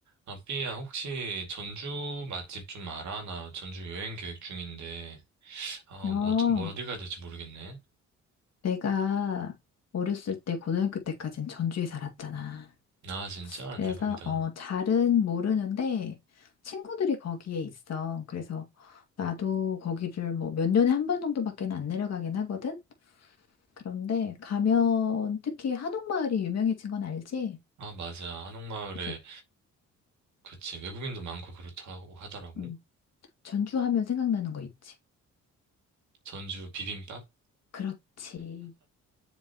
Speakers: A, on the right; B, on the left.
A: 아, 삐야, 혹시 전주 맛집 좀 알아? 나 전주 여행 계획 중인데, 아,
B: 어,
A: 뭐, 어쩌- 뭐 어디 가야 될지 모르겠네.
B: 내가 어렸을 때 고등학교 때까진 전주에 살았잖아.
A: 아, 진짜?
B: 그래서
A: 대박이다.
B: 어, 잘은 모르는데 친구들이 거기에 있어. 그래서 나도 거기를 뭐 몇 년에 한 번 정도밖에 안 내려가긴 하거든. 그런데 가면 특히 한옥마을이 유명해진 건 알지?
A: 아, 맞아. 한옥마을에,
B: 그래서
A: 그치. 외국인도 많고 그렇다고 하더라고.
B: 음. 전주 하면 생각나는 거 있지.
A: 전주 비빔밥?
B: 그렇지.